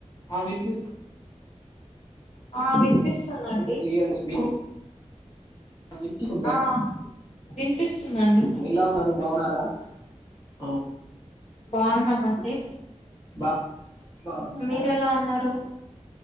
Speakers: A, on the left; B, on the left.
A: హ వినిపిస్తు
B: ఆ వినిపిస్తుందండి
A: క్లియర్ మీకు వినిపిస్తుందా
B: ఆ వినిపిస్తుందండి
A: ఎలా ఉన్నారు బాగున్నారా అఓ
B: బాగున్నామ అండి
A: బా బాగున్నారా
B: మీర ఎలా ఉన్నారు